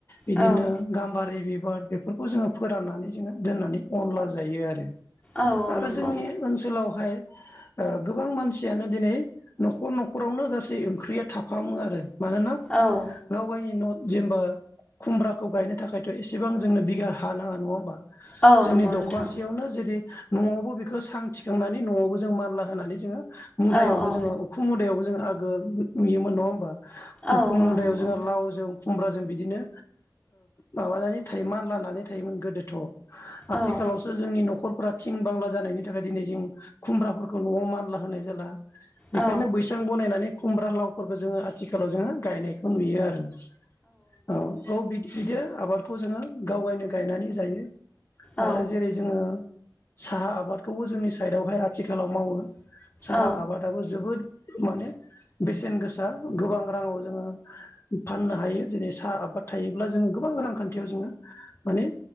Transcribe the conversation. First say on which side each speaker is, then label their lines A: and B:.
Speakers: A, on the left; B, on the left.
A: बिदिनो
B: औ
A: गाम्बारि बिबा बार बेफोरखौ जोङो फोराननानै जोङो दोननानै अनला जायो आरो।
B: औ औ
A: आरो
B: नंगौ
A: जोंनि ओनसोलावहाय। गोबां मानसियानो दिनै न'खर न'खरावनो गासै ओंख्रिया थाफामो आरो। मानोना
B: औ
A: गावगायनि न'। जेनेबा खुमब्राखौ गायनो थाखायथ' एसेबां जोंनो बिगा हा नाङा नङा होमबा?
B: औ
A: जोंनि
B: नंगौ
A: दखरसेयावनो
B: नोंथां
A: जुदि। न'आवबो बेखौ सां थिखांनानै न'आवबो जों मानला होनानै जोङो मुदायावबो
B: औ औ
A: जोङो उखुम मुदायावबो जोङो आगो नुयोमोन नङा होमबा?
B: औ
A: उखुम मुदायाव
B: औ नंगौ
A: जोंहा लावजों खमबाजों बिदिनो माबानानै थाय मान लानानै थायोमोन गोदोथ' आथिखालावसो
B: औ
A: जोंनि न'खर फोरा थिं बांला जानायनि थाखाय दिनै जों खुमब्राफोरखौ न'आव मानला होनाय जाला। बेखायनो
B: औ
A: बैसां बानायनानै खुमब्रा लावफोरखौ जोङो आथिखालाव जोङो गायनायखौ नुयो आरो। औ औ बिदि आबादखौ जोङो गावगायनो गायनानै जायो।
B: औ
A: आरो जेरै जोङो साहा आबादखौबो जोंनि साइडआवहाय आथिखालाव मावो‌। साहा
B: औ
A: आबादाबो जोबोद माने बेसेन गोसा गोबां राङाव जोङो फाननो हायो जेरै साहा आबाद थायोब्ला जों गोबां रांखानथियाव जोङो माने